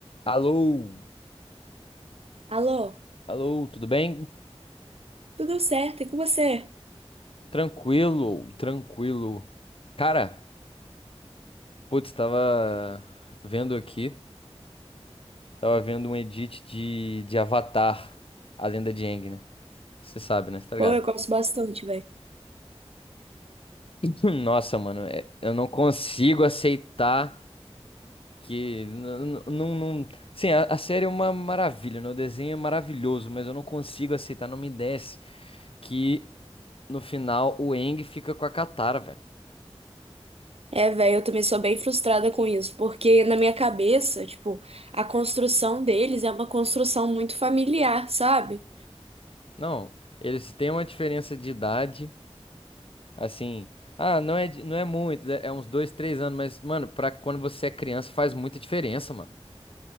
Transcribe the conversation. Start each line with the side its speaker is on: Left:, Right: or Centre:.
Left: Alô,
Right: Alô,
Left: alô, tudo bem?
Right: tudo certo? E com você?
Left: Tranquilo, tranquilo. Cara, putz, tava vendo aqui, tava vendo um edit de, de Avatar, a lenda de Aang, né? Você sabe, né? Você tá
Right: Pô,
Left: ligado?
Right: eu gosto bastante, velho.
Left: <clears throat> Nossa, mano, é- eu não consigo aceitar que. n- n- Não, não, sim, a, a série é uma maravilha, né? O desenho é maravilhoso, mas eu não consigo aceitar, não me desce que no final o Aang fica com a Katara, velho.
Right: É, velho, eu também sou bem frustrada com isso, porque na minha cabeça, tipo, a construção deles é uma construção muito familiar, sabe?
Left: Não, eles têm uma diferença de idade, assim. Ah, não é, de- não é muito, né, é uns dois, três anos, mas, mano, pra quando você é criança faz muita diferença, mano.